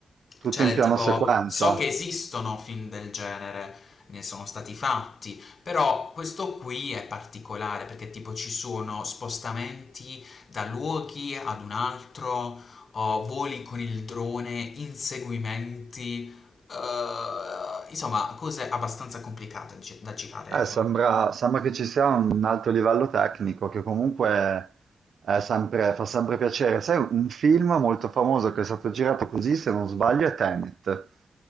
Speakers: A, on the right (about 70°); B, on the left (about 50°).
A: Tutto
B: Cioè,
A: in
B: del
A: piano
B: tipo,
A: sequenza.
B: so che esistono film del genere, ne sono stati fatti, però questo qui è particolare perché tipo ci sono spostamenti da luoghi ad un altro, o voli con il drone, inseguimenti, eh, insomma, cose abbastanza complicate dice- da girare
A: Eh,
B: con
A: sembra, sembra che ci sia un alto livello tecnico che comunque è sempre- fa sempre piacere. Sai, un film molto famoso che è stato girato così, se non sbaglio, è Tenet,